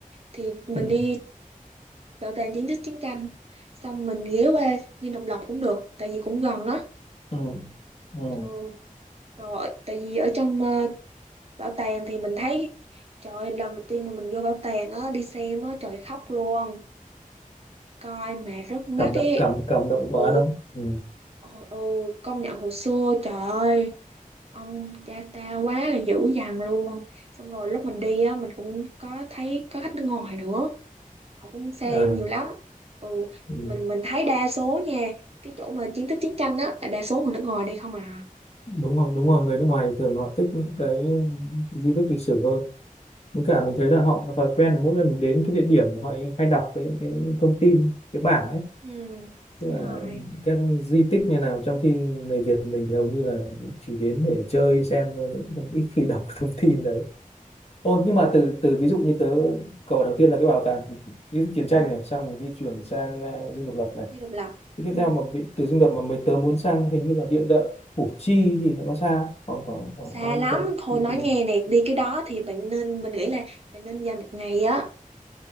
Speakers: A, on the right; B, on the left.
A: thì mình
B: Ừ,
A: đi bảo tàng chiến tích chiến tranh xong mình ghé qua Dinh Độc Lập cũng được tại vì cũng gần đó
B: ừ, ừ.
A: ừ rồi tại vì ở trong ờ, bảo tàng thì mình thấy trời ơi, lần đầu tiên mà mình vô bảo tàng á đi xem á trời khóc luôn coi mà rất mắc
B: Cảm động
A: ấy
B: cảm cảm động
A: ừ
B: quá đâu. Ừ.
A: ừ ừ, công nhận hồ sơ trời ơi ông cha tao quá là dữ dằn luôn xong rồi lúc mình đi á mình cũng có thấy có khách nước ngoài nữa họ cũng xem
B: À,
A: nhiều lắm ừ
B: ừ.
A: mình mình thấy đa số nha cái chỗ mà chiến tích chiến tranh á là đa số người nước ngoài đi không à
B: Đúng rồi đúng rồi người nước ngoài thường họ thích những cái di tích lịch sử hơn. Với cả mình
A: ừ,
B: thấy là họ có thói quen là mỗi lần mình đến cái địa điểm là họ hay đọc cái cái thông tin cái bảng ấy
A: ừ,
B: tức
A: đúng
B: là
A: rồi
B: các di tích như nào trong khi người Việt mình thì hầu như là chỉ đến để chơi xem thôi cũng không- ít khi đọc <laughs> thông tin đấy ô
A: ừ,
B: nhưng mà từ từ ví dụ như tớ cầu đầu tiên là cái bảo tàng di tích chiến tranh
A: ừ.
B: này xong rồi di chuyển sang à, Dinh Độc Lập này
A: đi độc lập
B: Thế tiếp
A: ừ.
B: theo mà bị từ Dinh Độc Lập mà mới tớ muốn sang hình như là địa đạo Củ Chi thì nó có xa khoảng khoảng khoảng
A: xa
B: bao nhiêu
A: lắm
B: cây
A: thôi
B: từ
A: nói
B: từ-
A: nghe nè đi cái đó thì bạn nên mình nghĩ là bạn nên dành một ngày á